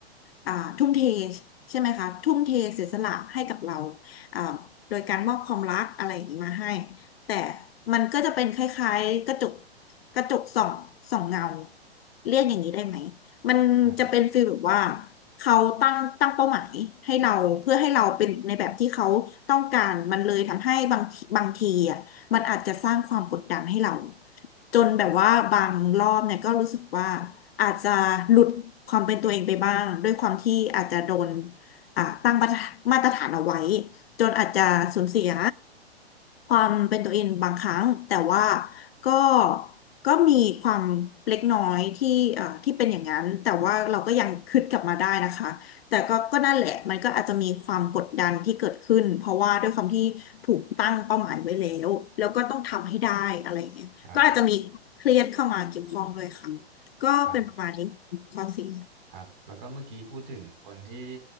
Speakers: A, on the left; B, on the right.
A: อ่าทุ่มเทใช่ไหมคะทุ่มเทเสียสละให้กับเราอ่าโดยการมอบความรักอะไรอย่างนี้มาให้แต่มันก็จะเป็นคล้ายๆกระจกกระจกส่องส่องเงาเรียกอย่างนี้ได้ไหม มันจะเป็นฟีลแบบว่า
B: ครับ
A: เขาตั้งตั้งเป้าหมายให้เราเพื่อให้เราเป็นในแบบที่เขาต้องการมันเลยทำให้บางทีบางทีอ่ะมันอาจจะสร้างความกดดันให้เราจนแบบว่าบางรอบเนี่ยก็รู้สึกว่าอาจจะหลุดความเป็นตัวเองไปบ้างด้วยความที่อาจจะโดนอ่าตั้งมาตรฐานมาตรฐานเอาไว้ จนอาจจะสูญเสียความเป็นตัวเองบางครั้งแต่ว่าก็ก็มีความเล็กน้อยที่เอ่อที่เป็นอย่างนั้นแต่ว่าเราก็ยังคืดกลับมาได้นะคะแต่ก็ก็นั่นแหละมันก็อาจจะมีความกดดันที่เกิดขึ้นเพราะว่าด้วยความที่ถูกตั้งเป้าหมายไว้แล้วแล้วก็ต้องทำให้ได้อะไรอย่างเงี้ยก็อาจจะมีเครียดเข้ามาเกี่ยวข้องด้วยค่ะ
B: ครับ
A: ก็เป็นประมาณนี้
B: ครับ
A: ข้อสี่
B: ครับแล้วก็เมื่อกี้พูดถึงคนที่